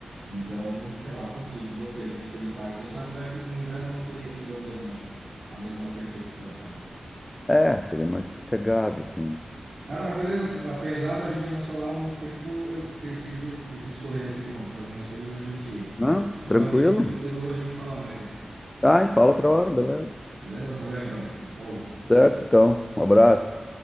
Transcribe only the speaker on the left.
É, seria mais sossegado, assim.
Não,
tranquilo.
Tá, a gente fala outra hora, beleza?
Certo, então. Um abraço.